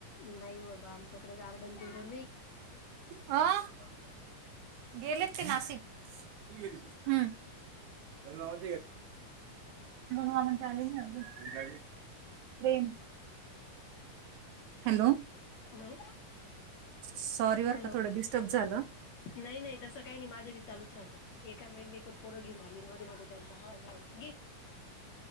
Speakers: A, on the left; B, on the right.
A: नाही बाबा आमच्याकडे गार्डन-बिर्डन
B: हा आ गेले, नाशिक ह, <unintelligible> निंदनवा म्हणंत आले नाही अजून, प्रेम, हॅलो,
A: हॅलो
B: सॉरी बर
A: हॅलो
B: का थोडं डिस्टर्ब झालं
A: नाही-नाही तस काही नाही माझं बी चालूच राहत ए काय मी पण पोरं घेऊन आली मध्ये-मध्ये त्यांचा आ च ग